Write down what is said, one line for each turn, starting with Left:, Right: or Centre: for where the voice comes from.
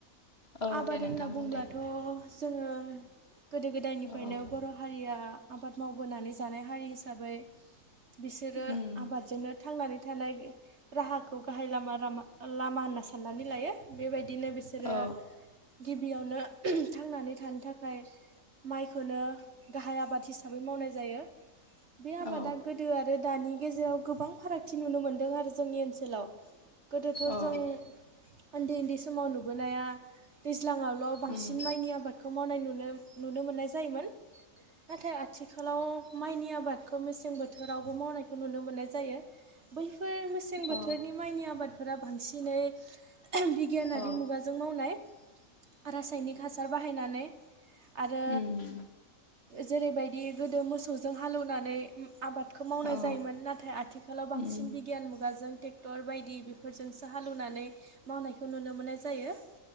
Left: औ
Right: आबाद
Left: दे
Right: होनना
Left: नोंथां बुं
Right: बुंब्लाथ'
Left: दे
Right: जोङो गोदो गोदायनिफ्रायनो
Left: औ
Right: बर' हारिया आबाद मावबोनानै जानाय हारि हिसाबै बिसोरो
Left: उम
Right: आबादजोंनो थांनानै थानाय राहाखौ गाहाय लामा लामा होनना साननानै लायो बेबायदिनो बिसोरो
Left: औ
Right: गिबियावनो थांनानै थानो थाखाय माइखौनो गाहाय आबाद हिै हिसाबै मावनाय जायो बे आबादा
Left: औ
Right: गोदो आरो दानि गेजेराव गोबां फारागथि नुनो मोन्दों आरो जोंनि ओनसोलाव गोदोथ'
Left: औ
Right: जों उन्दै उन्दै समाव नुबोनाया दैज्लाङावल' बांसिन
Left: उम
Right: माइनि आबादखौ खौ मावनाय नुनो नुनो मोननाय जायोमोन नाथाय आथिखालाव माइनि आबादखौ मेसें बोथोरावबो मावनायखौ नुनो मोननाय जायो बैफोर मेसें बोथोरनि
Left: औ
Right: माइनि आबादफोरा बांसिनै गियानारि
Left: औ
Right: मुगाजों मावनाय रासायनिक हासार बाहायनानै आरो
Left: उम
Right: जेरैबायदि गोदो मोसौजों हालौवनानै आबादखौ मावनाय
Left: औ
Right: जायोमोन नाथाय आथिखालाव बांसिन
Left: उम
Right: बिगियान मुगाजों टेक क्टर बायदि बेफोरजोंसो हाल एवनानै मावनायखौ नुनो मोननाय जायो।